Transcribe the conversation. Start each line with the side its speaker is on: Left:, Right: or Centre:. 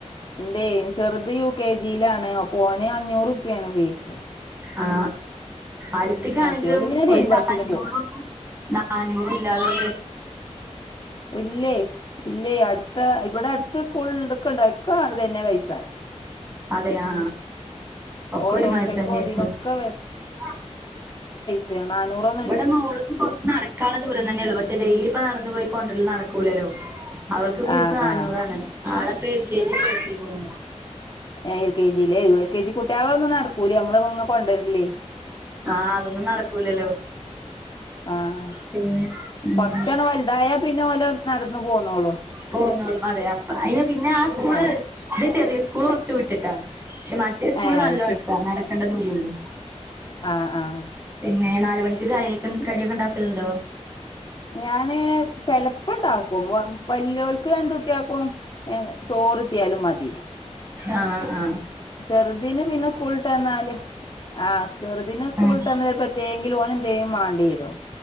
Left: ണ്ടേയ് ചെറുത് യു കെ ജീലാണ് അപോ ഓന് അഞ്ഞൂറു റുപ്യാണ് ഫീസ്
Right: ആ അട്ത്തിക്കാണെങ്കിലും
Left: മറ്റോല് പിന്നെ ലൈൻ
Right: ഒല്ക്കഞ്ഞൂറും
Left: ബസിന് പോവും
Right: <unintelligible> നാന്നൂറുല്ലാതോല്
Left: ല്ലേയ് ല്ലേ അട <inaudible> ഇബടടുത്ത് ഉസ്കൂളണ്ടാക്കയിക്ക അതന്നെ പൈസ
Right: അതെ ആ ഒക്കൊരുമാരി
Left: ഓട്ടോറിക്ഷക്കും
Right: തന്നെരിക്കും
Left: ഇതിനൊക്കെ
Right: ആ
Left: <unintelligible> നാനൂറോ
Right: വടെ മോള്ക്ക് പ്പ കൊർച്ച് നടക്കാള്ള ദൂര തന്നെള്ളൂ പഷെ ടെയ്ലി പ്പ നടന്ന് പോയി കോണ്ടല് നടക്കൂലല്ലോ അവൾക്ക് ഫീസ്
Left: ആഹ്
Right: നന്നൂറാണ്
Left: ആഹ്
Right: ആളപ്പം എൽക്കെജീ ചേർത്തീക്കണു
Left: ഏ എൽ കേ ജീലേ എൽ കെ ജി കുട്ട്യാളെന്നും നടക്കൂലേ അമ്മള് ങ്ങനെ കൊണ്ടരലെയ്
Right: ആഹ് അതൊന്നും നടക്കൂലല്ലോ
Left: ആഹ
Right: പിന്നെ ഉം
Left: കൊർച്ചൊന്ന് വെൽതായാ പിന്നെ ഓല് നടന്നു പോന്നോളും
Right: പോന്നോളും അതെ അപ്പ അയ്ന് പിന്നെ ആ സ്കൂള്
Left: ആഹ്
Right: ഇത് ചെറിയ സ്കൂള് കൊർച്ച് വിട്ടിട്ടാ പഷെ മറ്റേ സ്കൂള്
Left: ഏഹ്
Right: നല്ലാട്ടാ
Left: അത്
Right: നടക്കേണ്ട ദ ദൂരുള്ളൂ
Left: ആ ആ...
Right: പിന്നെ നാല് മണിക്ക് ചായീക്ക് കടിയൊക്കെ ണ്ടാക്കല്ണ്ടോ
Left: ഞാന് ചെലപ്പണ്ടാക്കും വല്യോൽക്ക് രണ്ടുട്ട്യാക്കും ഏ ചോറ്ട്ട്യാലും മതി
Right: ആഹ് ആഹാ
Left: ചെർതിന് പിന്നെ സ്കൂള്ട്ടന്നാല് ആ ചെറ് തിന് സ്കൂള്ട്ടന്ന
Right: ഉം
Left: പത്തെങ്കിലും ഓനന്തേലും മാണ്ടേരും